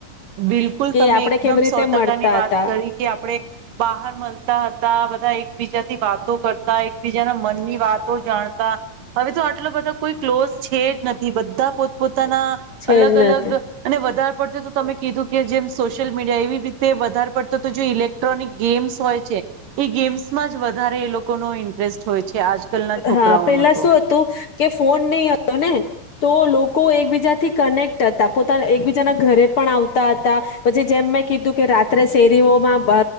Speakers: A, on the right (about 80°); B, on the left (about 55°).
A: બિલકુલ
B: કે
A: તમે
B: આપણે
A: એકદમ
B: કેવી રીતે
A: સો ટકા
B: મળતા
A: ની વાત
B: હતા
A: કરી કે આપણેે બહાર મળતા હતા બ બધા એકબીજા થી વાતો કર તા એકબીજાના મનની વાતો જાણતા હવે તો આટલો બધો. કોઈ ક્લોઝ છે જ નથી. કે બધા પોતપોતાના
B: છે
A: અલગ
B: જ નથી
A: અલગ અને વધારે પડતું તો તમે. કે જેમ સોશિયલ મીડિયા એવી રીતે વધારે પડતો તો જે ઇલેક્ટ્રોનિક ગેમ્સ હોય છે એ ગેમ્સમાં જ વધારે એ લોકોનો ઇન્ટરેસ્ટ હોય છે. આજકાલના છોકરાઓનો
B: હા પેલા
A: તો
B: શું હતું કે ફોન નહી હતો ને. તો લોકો એકબીજાથી કનેક્ટ હતા પોતાના એકબીજાના ઘરે પણ આવતા હતા પછી જેમ મેં કીધું કે રાત્રે શેરીઓમાં